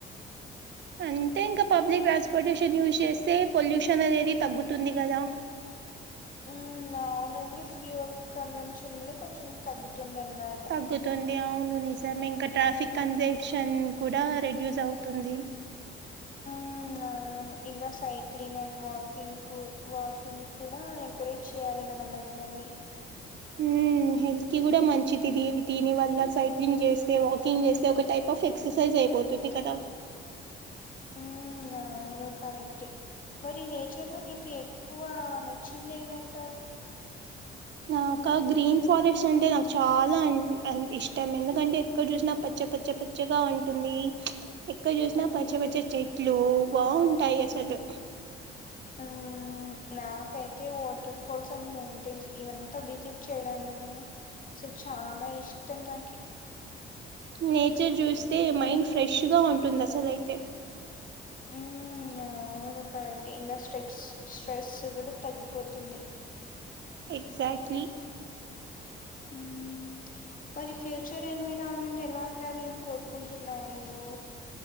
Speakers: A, on the right (about 65°); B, on the left (about 45°).
A: అంతే ఇంక పబ్లిక్ ట్రాన్స్పోర్టేషన్ యూజ్ చేస్తే పొల్యూషన్ అనేది తగ్గుతుంది కదా
B: ఊ అవునంగి ఫ్యూయల్ కన్జంప్షన్ కూడా కొంచెం తగ్గుతుంది అన్నా
A: తుతుంది అవును నిజమే ఇంకా ట్రాఫిక్
B: మ్మ్
A: కంజెషన్ కూడా రెడ్యూస్ అవుతుంది
B: ఉమ్ అవును ఇంకా సైక్లింగ్ అండ్ వాకింగ్ కూ వాకింగ్ కూడా ఎంకరేజ్ చెయ్యాలి మనం అందరినీ
A: ఉమ్ హెల్త్ కి కూడా మంచిది దీని దిని వల్ల సైక్లింగ్ చేస్తే వాకింగ్ చేస్తే ఒక టైప్ ఆఫ్ హె ఎక్ససైజ్ అయిపోతుంది కదా
B: ఉమ్మ్ అవును కరెక్టే మరి నేచర్ లో నీకు ఎక్కువ నచ్చింది ఏండుటావు
A: నాకా గ్రీన్ ఫారెస్ట్ అంటే నాకు చాలా <unintelligible> ఇష్టం ఎందుకంటే క్కడ చూసినా పచ్చ పచ్చ పచ్చగా ఉంటుంది ఎక్కడ చూసినా
B: ఉమ్
A: పచ్చ పచ్చ చెట్లు బావుంటాయి అసలు
B: ఆ ఊ నాకైతే వాటర్ ఫాల్స్ అండ్ మౌంటైన్స్ ఇవంతా విజిట్ చేయడాను సో చానా ఇష్టం నాకి
A: నేచర్ జూస్తే మైండ్ ఫ్రెష్ గా ఉంటుంది అసలు అయితే
B: ఊ అవును కరెక్టే ఇంకా స్ట్రెక్స్ స్ట్రెస్ కూడా తగ్గిపోతుంది
A: ఎగ్సాట్రీ
B: ఉమ్ మరి ఫ్యూచర్ ఎన్విరాన్మెంట్ ఎలా ఉండాలి అని కోరుకుంటున్నావు నువ్వు